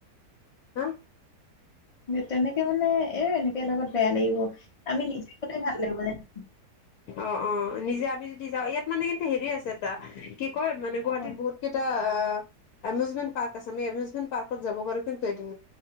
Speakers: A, on the left (about 70°); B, on the left (about 50°).
A: হা
B: তেনেকে মানে এ এনেকে লগত বেয়া লাগিব, আমি নিজে গলে ভাল লাগিব যেনো।
A: অঁ অঁ, নিজে আমি যদি যাওঁ ইয়াত মানে কিন্তু হেৰি আছে তা কি কয় মানে গুৱাহাটীত
B: ক'ত
A: বহুত কেইটা অ এমিউজমেট পাৰ্ক আছে এমিউজমেণ্ট পাৰ্ক যাব পাৰো কিন্তু এদিন